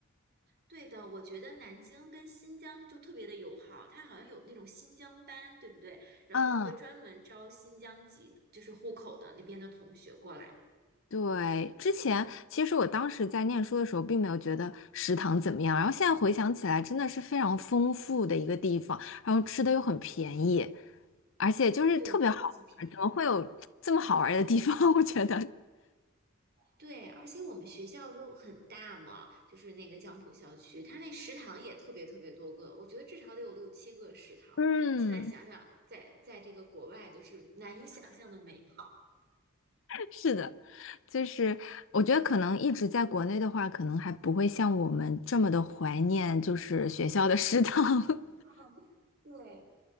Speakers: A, on the right; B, on the left.
A: 对的，我觉得南京跟新疆就特别的友好，它好像有那种新疆班，对不对？然后就会专门招新疆籍，
B: 嗯
A: 就是户口的那边的同学过来。
B: 对，之前其实我当时在念书的时候，并没有觉得食堂怎么样，然后现在回想起来，真的是非常丰富的一个地方，然后吃的又很便宜，而且就是特别好玩儿怎么会有这么好玩儿的地方？
A: 对，超级便宜。
B: <laughs> 我觉得。
A: 对，而且我们学校就很大嘛，就是那个江浦校区，它那食堂也特别特别多个，我觉得至少得有六七个食堂。
B: 嗯，
A: 现在想想，在在这个国外都是难以想象的美好。
B: 是的，就是我觉得可能一直在国内的话，可能还不会像我们这么的怀念，就是学校的食堂。<laughs>
A: <laughs> 对，